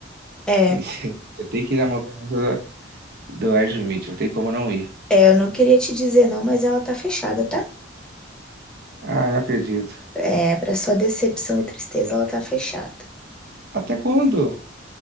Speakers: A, in the centre; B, on the right.
A: é,
B: E <laughs> Eu tenho que ir na montanha russa do do Aerosmith, não tem como não ir.
A: é, eu não queria te dizer não, mas ela tá fechada, tá?
B: Ah, não acredito.
A: É, pra sua decepção e tristeza, ela tá fechada.
B: Até quando?